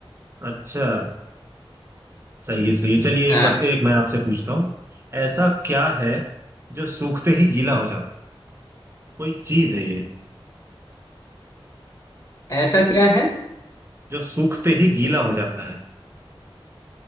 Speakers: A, on the right (about 30°); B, on the left (about 35°).
A: अच्छा सही है सही है चलिए
B: हाँ
A: एक बात एक मैं आपसे पूछता हूँ ऐसा क्या है जो सूखते ही गीला हो जाता है कोई चीज है ये
B: ऐसा क्या है
A: जो सूखते ही गीला हो जाता है